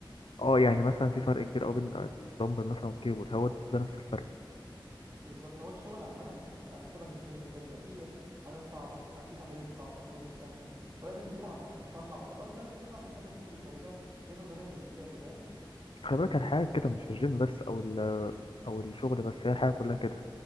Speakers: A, on the left; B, on the right.
A: اه يعني مثلا في فرق كبير قوي بين الدمبل مثلا والكيبل هو ده نفس الفرق
B: بالظبط هو الشغل عامه بيبقى شبه الجيم كده بيبقى فيه حاجات صعبه في حاجة في تمارين صعبه تمارين سهله ولازم تتعب عشان تطلع عضلات ده لازم تتعب عشان تعمل فلوس يعني ده دي نظريه بالنسبه لي فاهم
A: خلي بالك الحياة كده مش الجيم بس او ال... او الشغل بس هي الحياة كلها كده